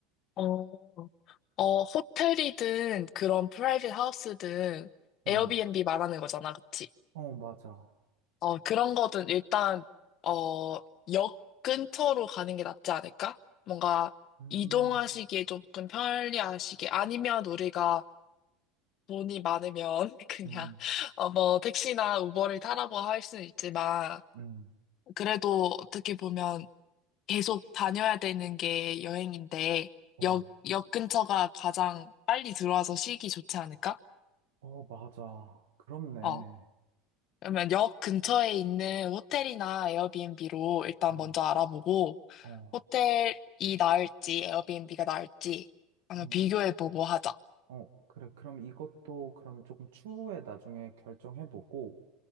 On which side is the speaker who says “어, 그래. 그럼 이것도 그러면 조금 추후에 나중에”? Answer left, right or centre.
Right